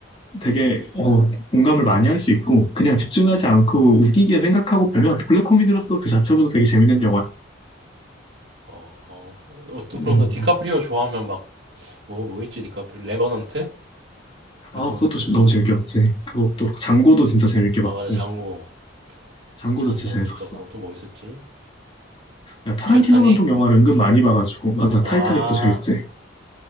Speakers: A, on the left; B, on the right.
A: 되게 어, 공감을 많이 할 수 있고 그냥
B: 어.
A: 집중하지 않고 웃기게 생각하고 보면 블랙 코미디로서 그 자체로도 되게 재밌는 영화야.
B: 어, 어떤
A: 음.
B: 그럼 너 디카프리오 좋아하면 막 뭐 뭐 있지 디카프리 레버넌트?
A: 아,
B: 레버넌트.
A: 그것도 좀 너무 재밌게 봤지. 그것도 장고도 진짜 재밌게
B: 아
A: 봤고
B: 맞아 장고.
A: 장고도
B: 장고도
A: 진짜 재밌었어.
B: 있었고 또 뭐 있었지?
A: 야, 타란티노
B: 타이타닉.
A: 감독 영화를
B: 아,
A: 은근 많이 봐가지고 맞아
B: 아,
A: 타이타닉도 재밌지